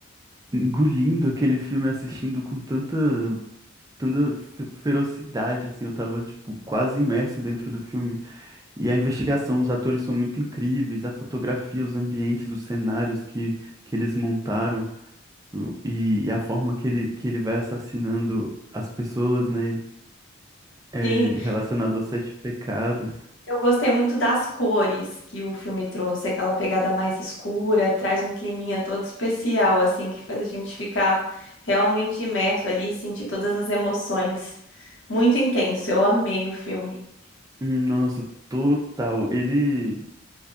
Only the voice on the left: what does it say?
Sim.
Eu gostei muito das cores que o filme trouxe, aquela pegada mais escura, traz um climinha todo especial, assim, que faz a gente ficar realmente imerso ali e sentir todas as emoções. Muito intenso, eu amei o filme.